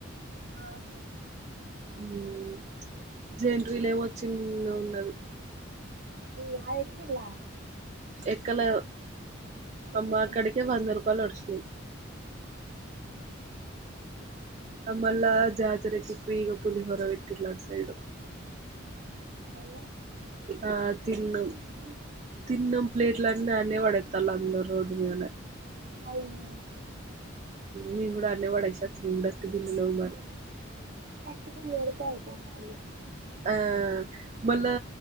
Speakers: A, on the right (about 50°); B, on the right (about 35°).
A: వామ్మో
B: ఉమ్ జనరీలో ఏమో చిన్నగా ఉన్నది
A: యల్ వచ్చిలా
B: ఎక్కలా
A: అందుకే
B: అమ్మా
A: ఎక్కలే
B: కడకే అందరు పలుఒడిసినై
A: హ
B: అమ్మల్ల జాతరకి ఫ్రీగా పులిహొర పెట్టిరు అటు సైడు
A: ఆ ఇన్నయిగా
B: ఆ తిన్నం తిన్నం ప్లేట్ల అన్నీ అడనే పడే తలంద రోడ్ మీదనే
A: అయినా
B: మీ కూడా అనే వడచ్చ ఉండ బిల్లలో మరి
A: క పళ ఏడుతేయిపో మళ్ళీ
B: ఆ మళ్ళా